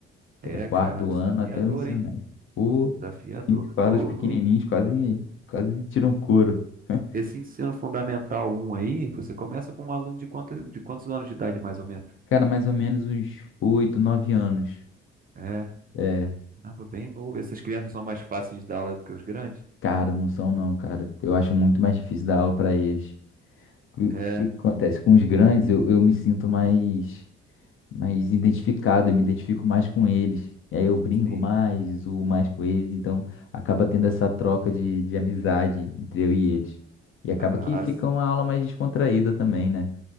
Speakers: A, on the right (about 30°); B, on the left (about 45°).
A: É,
B: que é quarto
A: caramba, desafiador,
B: ano até o ensino
A: hein?
B: médio. Pô,
A: Desafiador.
B: nem me fala,
A: No,
B: os pequenininhos
A: no, en-
B: quase, quase me tiram couro. <laughs>
A: esse ensino fundamental um aí, você começa com um aluno de quanto, de quantos anos de idade, mais ou menos?
B: Cara, mais ou menos uns oito, nove anos.
A: É,
B: É,
A: caramba, bem novo. Essas crianças são mais fáceis de dar aula do que os grandes?
B: cara, não são não, cara. Eu acho muito mais difícil dar aula pra eles. O
A: É,
B: que que acontece? Com os grandes, eu, eu me sinto mais, mais identificado, eu me identifico mais com eles. E aí eu brinco
A: sim.
B: mais, zoo mais com eles, então acaba tendo essa troca de, de amizade entre eu e eles. E acaba
A: Ah,
B: que fica uma aula mais descontraída também, né?